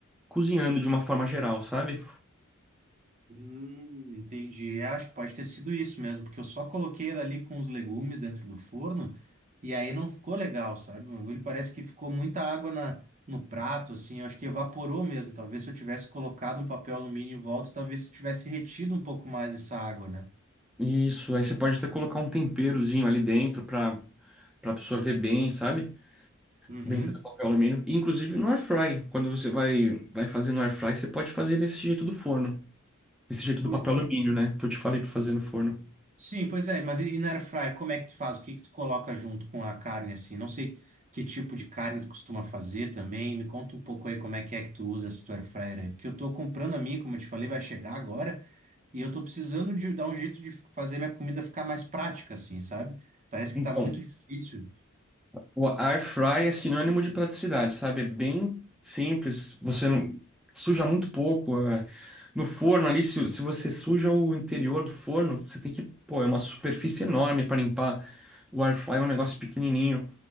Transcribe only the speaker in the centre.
cozinhando de uma forma geral, sabe?
Isso, aí você pode até colocar um temperozinho ali dentro para para absorver bem, sabe?
Dentro do papel alumínio. E, inclusive no air fry, quando você vai vai fazer no air fry, você pode fazer desse jeito do forno, desse jeito do
papel
alumínio, né? Que eu te falei para fazer no forno.
Então,
o air fry é sinônimo de praticidade, sabe? É bem simples, você não suja muito pouco. é. No forno ali, se, se você suja o interior do forno, você tem que, pô, é uma superfície enorme para limpar. O air fry é um negócio pequenininho.